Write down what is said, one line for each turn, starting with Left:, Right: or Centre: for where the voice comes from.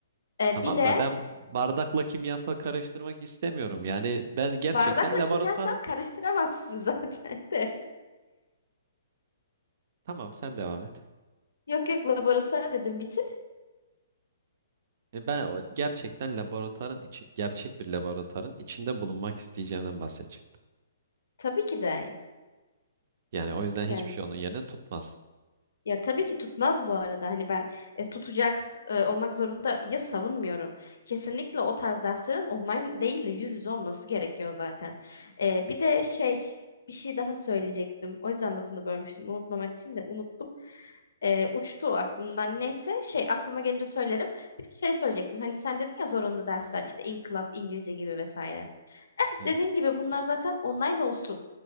Left: Ee,
Right: Tamam
Left: bir de
Right: da ben bardakla kimyasal karıştırmak istemiyorum. Yani ben gerçekten
Left: bardakla
Right: laboratuvar
Left: kimyasal karıştıramazsın <laughs> zaten de.
Right: tamam sen devam et.
Left: Yok yok laboratuvar dedim bitir.
Right: E, Ben o- gerçekten laboratuvarın için gerçek bir laboratuvarın içinde bulunmak isteyeceğimden bahsedecektim.
Left: Tabii ki de.
Right: Yani o yüzden hiçbir
Left: Yani
Right: şey onun yerine tutmaz.
Left: ya tabii ki tutmaz bu arada. Hani ben e, tutacak e, olmak zorunda ya savunmuyorum. Kesinlikle o tarz derslerin online değil de yüz yüze olması gerekiyor zaten. E, bir de şey bir şey daha söyleyecektim. O yüzden lafını bölmüştüm. Unutmamak için de unuttum. E, uçtu o aklımdan. Neyse şey aklıma gelince söylerim. Bir de şey söyleyecektim. Hani sen dedin ya zorunlu dersler işte inkılap, İngilizce gibi vesaire. Evet
Right: Hı.
Left: dediğin gibi bunlar zaten online olsun.